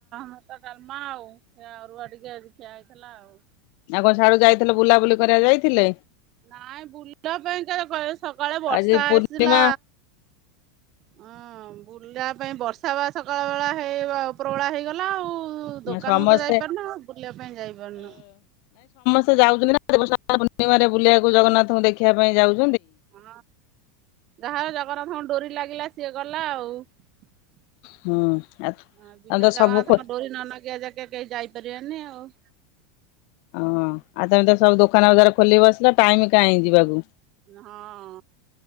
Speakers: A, on the right; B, on the left.
A: ଭାତ ଡାଲମା ଆଉ, ଅରୁଆ ଟିକେ ଆଜି ଖିଆ ହେଇଥିଲା ଆଉ।
B: ଆଉ କଣ ସିଆଡୁ ଯାଇଥିଲ ବୁଲାବୁଲି କରିବା କୁ ଯାଇଥିଲେ?
A: ନାଇଁ ବୁଲିବା ପାଇଁ ଯାଇ ସକାଳେ ବର୍ଷା
B: ଆଜି ପୂର୍ଣ୍ଣିମା
A: ଆସିଲା। ହଁ ବୁଲିବା ପାଇଁ ବର୍ଷା ବା ସକାଳବେଳା ହେଇ ଉପରବେଳା ହେଇଗଲା ଆଉ। ଓ ଦୋକାନକୁ
B: ସମସ୍ତେ
A: ତ ଯାଇପାରୁନୁ ଆଉ ବୁଲିବା ପାଇଁ ଯାଇପାରୁନୁ।
B: ଯାଉଛ ନା ଦେବ ସ୍ନାନ ପୂଣ୍ଣିମାରେ ବୁଲିବାକୁ ଜଗନ୍ନାଥଙ୍କୁ ଦେଖିବା ପାଇଁ ଯାଉ।
A: ହଁ ଯାହାର ଜଗନ୍ନାଥଙ୍କ ଡୋରି ଲାଗିଲା ସିଏ ଗଲା ଆଉ। ବିନା
B: ହୁଁ ଆଉ ତମେ ତ
A: ଜଗନ୍ନାଥଙ୍କ
B: ସବୁ ଖୋ
A: ଡୋରି ନ ଲାଗିବା ଯାକେ କେହି ଯାଇପାରିବେନି ଆଉ।
B: ଓଁ ଆଉ ତମେ ତ ସବୁ ଦୋକାନ ବାଜାର ଖୋଲିକି ବସିଲ ଟାଇମ କାହିଁ ଯିବାକୁ।
A: ହଁ।